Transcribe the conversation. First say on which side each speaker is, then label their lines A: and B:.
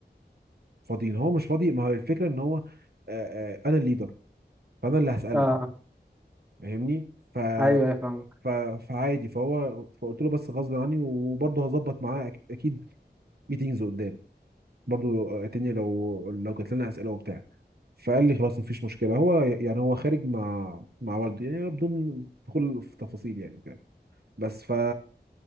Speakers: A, on the right (about 60°); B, on the right (about 20°).
A: فاضيين هو مش فاضي ما هو الفكره ان هو آه، آه، انا الليدر فانا اللي هساله
B: اه
A: فاهمني ف
B: ايوه يا فاهمك
A: ف فعادي فهو فقلت له بس غصب عني وبرضه هظبط معاه أك- اكيد ميتينجز قدام برضه اتني لو لو جات لنا اسئله وبتاع فقال لي خلاص مفيش مشكله هو يعني هو خارج مع مع والده يعني بدون دخول في تفاصيل يعني وكده بس ف